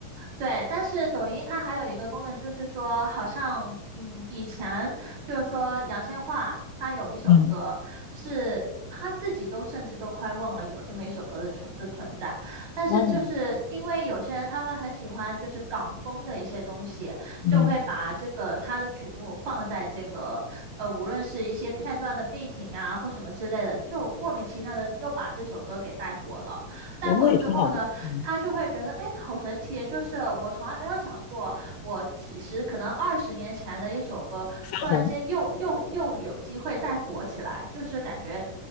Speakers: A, on the right; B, on the left.
A: 对，但是抖音它还有一个功能，就是说，好像嗯，以前就是说杨千嬅她有一首歌，
B: 嗯，
A: 是她自己都甚至都快忘了有这么一首歌的存的存在，但是就是因为有些人他们很喜欢就是港风的一些东西，
B: 哦，嗯，
A: 就会把这个他的曲目放在这个呃，无论是一些片段的背景啊或什么之类的，就莫名其妙的又把这首歌给带火了。带火了之后呢？
B: 对，那也挺好的，嗯，
A: 他就会觉得，哎，好神奇！就是我从来没有想过，我几十可能二十年前的一首歌，
B: 翻红，
A: 突然间又又又有机会再火起来，就是感觉，